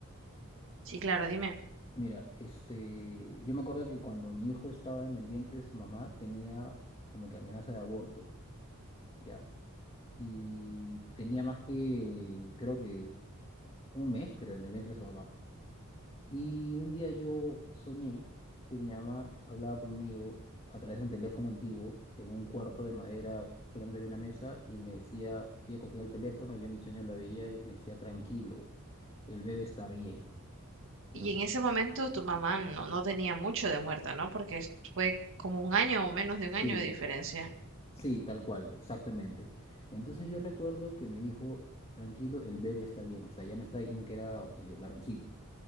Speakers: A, on the right; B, on the left.
A: Sí, claro, dime.
B: Mira, este, yo me acuerdo que cuando mi hijo estaba en el vientre de su mamá tenía como que amenaza de aborto, ¿ya? Y tenía más que, creo que un mes, creo, en el vientre de su mamá. Y un día yo soñé que mi mamá hablaba conmigo a través de un teléfono antiguo en un cuarto de madera, solamente había una mesa y me decía, ella cogía el teléfono, yo en mi sueño la veía y me decía, tranquilo, el bebé está bien, ¿no?
A: Y en ese momento tu mamá no, no tenía mucho de muerta, ¿no? Porque es- fue como un año o menos de
B: Sí.
A: un año de diferencia.
B: Sí, tal cual, exactamente. Entonces yo recuerdo que me dijo, tranquilo, el bebé está bien, o sea, ya me estaba diciendo que era eh, varoncito.